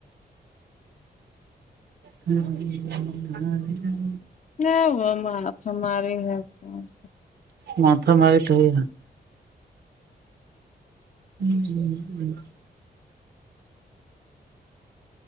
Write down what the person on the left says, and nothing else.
نہیں وہ ہماری ہے سمج